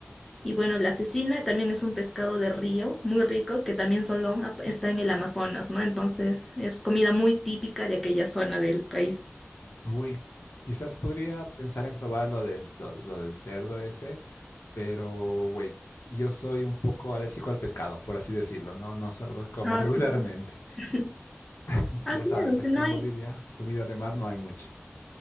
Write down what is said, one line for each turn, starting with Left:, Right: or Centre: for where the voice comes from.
Centre: Y bueno, la cecina también es un pescado de río muy rico que también solo ap- está en el Amazonas, ¿no? Entonces es comida muy típica de aquella zona del país.
Left: Uy, quizás podría pensar en probar lo del, lo, lo del cerdo ese, pero güey, yo soy un poco alérgico al pescado, por así decirlo, ¿no? No es algo que coma
Centre: Ah,
Left: regularmente.
Centre: claro. <laughs>
Left: <laughs>
Centre: Ah,
Left: Ya
Centre: claro,
Left: sabes,
Centre: si
Left: aquí
Centre: no
Left: en
Centre: hay.
Left: Bolivia, comida de mar no hay mucha.